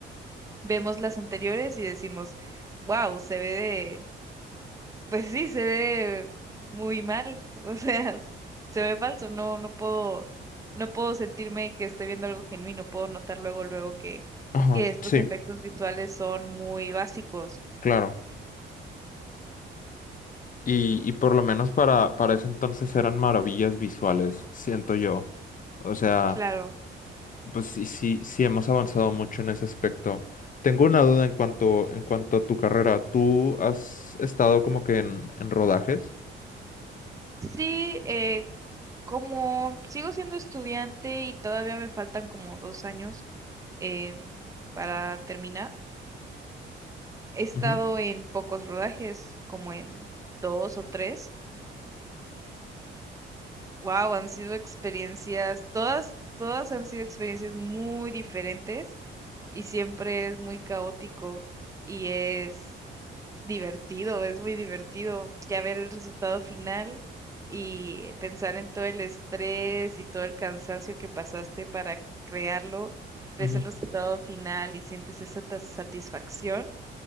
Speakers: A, on the right; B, on the left.
A: vemos las anteriores y decimos, wow, se ve pues sí, se ve muy mal, <laughs> o sea, se ve falso, no, no puedo, no puedo sentirme que estoy viendo algo genuino, puedo notar luego, luego que,
B: Ajá,
A: que estos
B: sí,
A: efectos visuales son muy básicos.
B: claro. Y, y por lo menos para, para ese entonces eran maravillas visuales, siento yo. O sea,
A: Claro.
B: pues sí, sí, sí hemos avanzado mucho en ese aspecto. Tengo una duda en cuanto, en cuanto a tu carrera. ¿Tú has estado como que en, en rodajes?
A: Sí, eh, como sigo siendo estudiante y todavía me faltan como dos años em, para terminar, he estado
B: Ujú,
A: en pocos rodajes, como en dos o tres, Wow, han sido experiencias, todas, todas han sido experiencias muy diferentes y siempre es muy caótico y es divertido, es muy divertido ya ver el resultado final y pensar en todo el estrés y todo el cansancio que pasaste para crearlo, ves
B: ujú,
A: el resultado final y sientes esa ta- satisfacción,